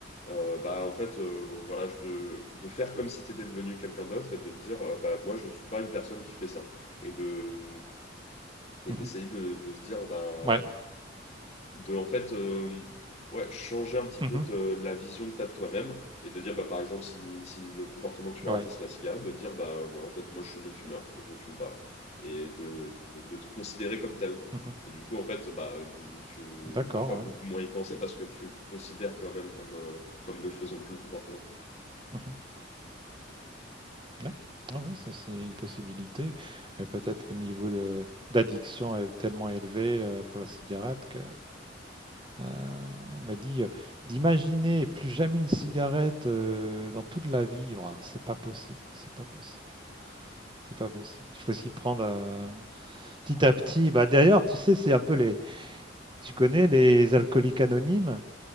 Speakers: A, on the left; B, on the right.
A: euh, bah, en fait, euh, voilà, je- de, de faire comme si tu étais devenu quelqu'un d'autre et de te dire, euh, bah, moi, je suis pas une personne qui fait ça. Et de, et
B: Mmh
A: d'essayer de, de se dire, bah,
B: Ouais.
A: de en fait euh, ouais, changer un petit
B: Mmh
A: peu te- la vision que tu as de toi-même et de dire bah, par exemple si, si le comportement que tu vas
B: Ouais.
A: arrêter c'est la cigarette, de te dire bah voilà en fait moi je suis non-fumeur, je fume pas et de, de, de te considérer comme tel.
B: Mmh
A: Et du coup en fait bah vu- tu,
B: D'accord,
A: tu vas
B: ouais.
A: beaucoup moins y penser parce que tu te considères toi-même comme, euh, comme ne faisant plus le comportement.
B: Mmh Ouais. Ouais, Ah ouais, ça c'est une possibilité, mais peut-être au niveau de d'addiction est tellement élevé, heu, pour la cigarette que, heu, m'a dit, heu: «D'imaginer plus jamais une cigarette, heu, dans toute la vie, ouah, c'est pas possible, c'est pas possible». C'est pas possible. Il faut s'y prendre euh, petit à petit. Bah, d'ailleurs, tu sais, c'est un peu les. Tu connais les alcooliques anonymes